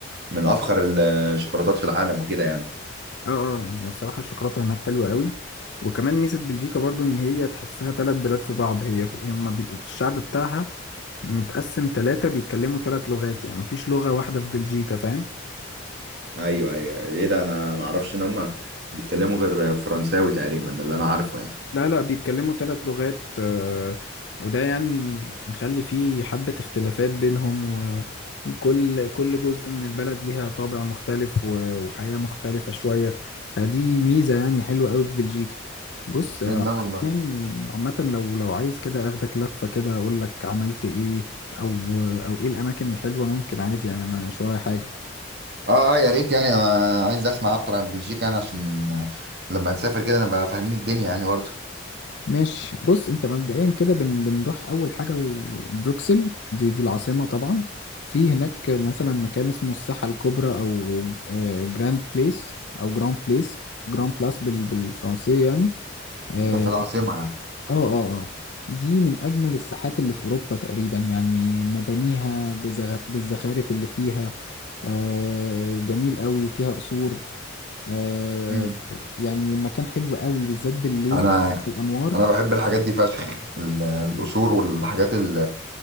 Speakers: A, on the right (about 55°); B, on the left (about 60°).
A: من افخر الشوكولاتات في العالم وكده يعني
B: اه اه يعني الصراحة الشوكولاتة هناك حلوة قوي وكمان ميزة بلجيكا برضو إن هي تحسها تلات بلاد في بعض هي في هما بي... الشعب بتاعها متقسم تلاتة بيتكلموا تلات لغات يعني مفيش لغة واحدة في بلجيكا فاهم
A: ايوه ايوه ايه ده انا ما اعرفش ان هم بيتكلموا غير فرنساوي تقريبا ده اللي انا عارفه يعني
B: لا لا بيتكلموا ثلاث لغات آه، وده يعني مخلي فيه حبة اختلافات بينهم و- وكل كل جزء من البلد ليها طابع مختلف و- وحياة مختلفة شوية فدي ميزة يعني حلوة قوي في بلجيكا بص آه،
A: إيه ده والله
B: عامة يعني عامة لو لو عايز كده اخدك لفة كده اقول لك عملت ايه او او ايه الاماكن الحلوة ممكن عادي يعني أنا مش ورايا حاجة
A: اه اه يا ريت يعني انا عايز اسمع اكتر عن بلجيكا يعني عشان لما نسافر كده نبقى فاهمين الدنيا يعني برضه
B: ماشي بص انت مبدئيا كده بن بنروح اول حاجه لبروكسل دي دي العاصمه طبعا في هناك مثلا مكان اسمه الساحه الكبرى او آه، جراند بليس او جراند بليس جراند بلاس بال بالفرنسيه يعني اه
A: ده في العاصمة
B: اه
A: يعني
B: اه آه. دي من اجمل الساحات اللي في اوروبا تقريبا يعني مبانيها بزغ... بالزخارف اللي فيها آه جميل قوي وفيها قصور آه
A: مم.
B: يعني مكان حلو قوي بالذات بالليل
A: انا
B: الانوار
A: انا بحب الحاجات دي فشخ ال- القصور والحاجات ال...